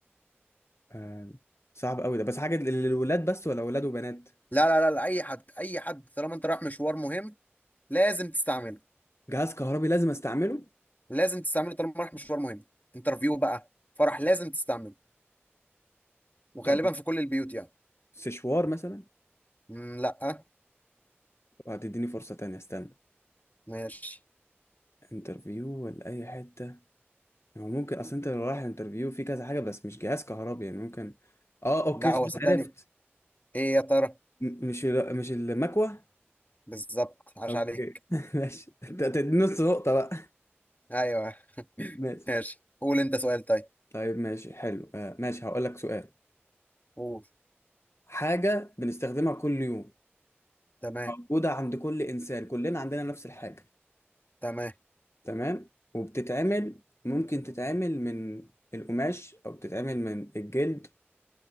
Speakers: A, on the left (about 80°); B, on the left (about 40°).
A: آه صعب قوي ده بس حاجة لل- للولاد بس ولا ولاد وبنات
B: لا لا لا لا اي حد اي حد طالما انت رايح مشوار مهم لازم تستعمله
A: جهاز كهربي لازم استعمله
B: لازم تستعمله طالما رايح مشوار مهم انترفيو بقى فرح لازم تستعمله وغالبا
A: طب
B: في كل البيوت يعني
A: سشوار مثلا
B: مم، لا
A: وهتديني فرصة تانية استنى
B: ماشي
A: انترفيو ولا اي حته هو ممكن اصل انت لو رايح انترفيو في كذا حاجه بس مش جهاز كهربي يعني ممكن اه اوكي
B: لا
A: خلاص
B: هو صدقني
A: عرفت
B: ايه يا ترى
A: م- مش ال- مش المكوه
B: بالظبط عاش
A: اوكي
B: عليك
A: <laughs> ماشي انت تدي نص نقطه بقى
B: ايوه <laughs>
A: ماشي
B: ماشي قول انت سؤال طيب
A: طيب ماشي حلو آه ماشي هقول لك سؤال
B: قول
A: حاجه بنستخدمها كل يوم
B: تمام
A: موجوده عند كل انسان كلنا عندنا نفس الحاجه
B: تمام
A: تمام وبتتعمل ممكن تتعمل من القماش او بتتعمل من الجلد